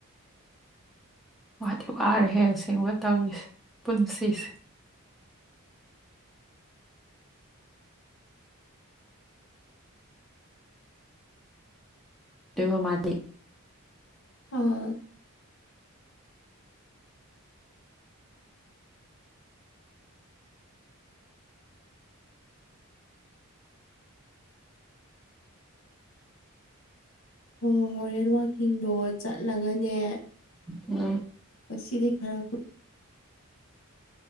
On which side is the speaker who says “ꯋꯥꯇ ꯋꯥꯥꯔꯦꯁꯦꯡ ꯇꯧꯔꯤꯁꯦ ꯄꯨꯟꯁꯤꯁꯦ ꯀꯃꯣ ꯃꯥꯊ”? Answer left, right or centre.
Centre